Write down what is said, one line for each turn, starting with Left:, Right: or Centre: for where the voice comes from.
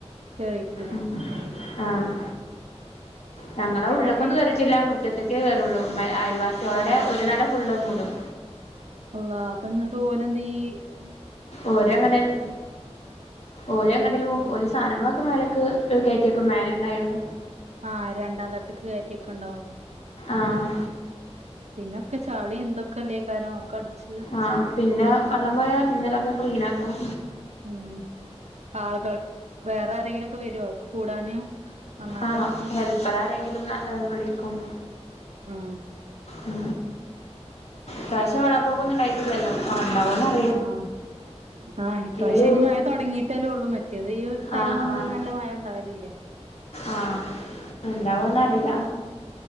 Right: കേറിട്ടില്ല.
Left: ഉം
Right: അൽഹംദുലില്ലാഹ്
Left: ആഹ് ഞങ്ങളെ ഉള്ക്കൊന്നും
Right: അപ്പൊ ഈ
Left: കയറിറ്റില്ല മുറ്റത്തക്കേ കയറുള്ളൂ അയൽവാസികളുടെ
Right: ആ
Left: ഒരുനില ഫുള്ളള് മൂടും.
Right: അള്ളാ അപ്പൊ ഇന്ന്ട്ട് ഓലന്തായാ.
Left: ഓരെണ്ട്ട്ടേലും. ഓലങ്ങ്ട്ടേലും പോവും ഓല് സാധനങ്ങളൊക്കെ മേലക്ക് കയറ്റിയക്കും മേല ഉണ്ടായോണ്ട്.
Right: ആഹ് രണ്ടാം തട്ട്ക്ക് കയറ്റിക്കെണ്ടാവും.
Left: ആഹ്.
Right: പിന്നൊക്കെ ചളി ന്തൊക്കെല്ലേ കാരം ഒക്കെ അടിച്ച്.
Left: ആഹ് പിന്നെ വെള്ളം പോയാ പിന്നെ അതൊക്കെ ക്ലീൻ ആക്കും.
Right: ഉം ആളുകൾ വേറെ ആരെങ്കിലുംക്കെ വരുവോ കൂടാന്. നന്നാക്കാനൊക്കെ
Left: ആഹ് ഹെൽപ്പർ ആരെങ്കിലും വിളിക്കും.
Right: ആ
Left: ഉ പ്രാവശ്യം വെള്ളപൊക്കൊന്നും ഉണ്ടായിട്ടില്ലല്ലോ ആ ഉണ്ടാവോനാവോ.
Right: ആഹ് ആഹ് ഇപ്രാവശയ്ന്
Left: ഒരു
Right: മഴ. തുടങ്ങിട്ടല്ലേ ഉള്ളൂ മറ്റത് ഈ ടൈം
Left: ആഹ്
Right: ആവുമ്പോ
Left: ആഹ്
Right: നല്ല മഴ ഉണ്ടാവലില്ലേ.
Left: ആഹ് ഉണ്ടാവോന്നറിയില്ല.